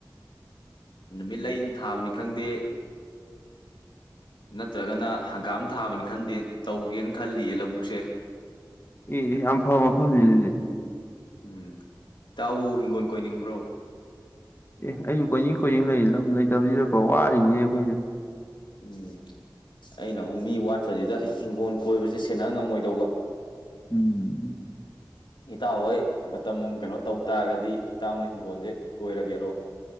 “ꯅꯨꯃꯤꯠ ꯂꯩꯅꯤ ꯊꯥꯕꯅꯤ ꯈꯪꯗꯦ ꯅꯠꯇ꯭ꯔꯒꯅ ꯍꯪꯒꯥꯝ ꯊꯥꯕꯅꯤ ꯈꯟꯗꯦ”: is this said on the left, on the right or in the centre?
Left